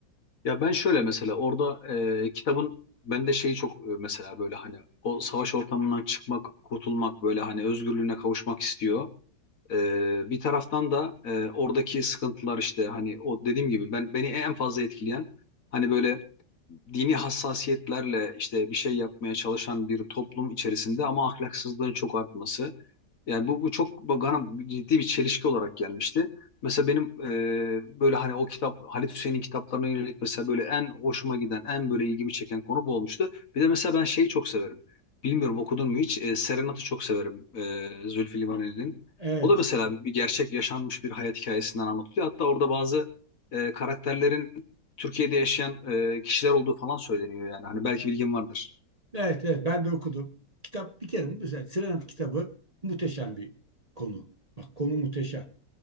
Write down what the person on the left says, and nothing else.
Ya ben şöyle mesela orada e, kitabın bende şeyi çok e, mesela böyle hani o savaş ortamından çıkmak, kurtulmak böyle hani özgürlüğüne kavuşmak istiyor. Ee, bir taraftan da e, oradaki sıkıntılar işte hani o dediğim gibi ben beni en fazla etkileyen hani böyle dini hassasiyetlerle işte bir şey yapmaya çalışan bir toplum içerisinde ama ahlaksızlığın çok artması. Yani bu, bu çok bana ciddi bir çelişki olarak gelmişti. Mesela benim e, böyle hani o kitap Halit Hüseyin'in kitaplarına yönelik mesela böyle en hoşuma giden, en böyle ilgimi çeken konu bu olmuştu. Bir de mesela ben şeyi çok severim. Bilmiyorum okudun mu hiç? E, Serenat'ı çok severim e, Zülfü Livaneli'nin.
O da mesela bir gerçek yaşanmış bir hayat hikayesinden anlatılıyor. Hatta orada bazı e, karakterlerin Türkiye'de yaşayan e, kişiler olduğu falan söyleniyor yani. Hani belki bilgin vardır.